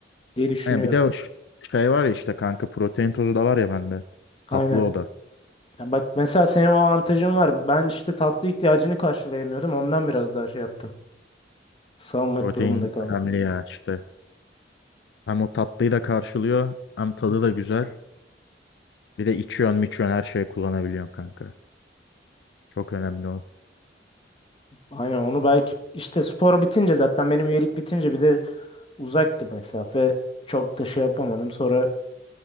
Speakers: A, on the left; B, on the left.
A: diye düşünüyorum.
B: Yani bir de o ş- şey var ya işte kanka protein tozu da var ya bende.
A: Aynen.
B: Tatlı o da.
A: Ya bak mesela senin o avantajın var. Ben işte tatlı ihtiyacını karşılayamıyordum. Ondan biraz daha şey yaptım. Salmak
B: Protein
A: durumunda kaldım.
B: önemli ya işte. Hem o tatlıyı da karşılıyor hem tadı da güzel. Bir de içiyorsun miçiyorsun her şeye kullanabiliyorsun kanka. Çok önemli o.
A: Aynen onu belki işte spor bitince zaten benim üyelik bitince bir de uzaktı mesafe. Çok da şey yapamadım. Sonra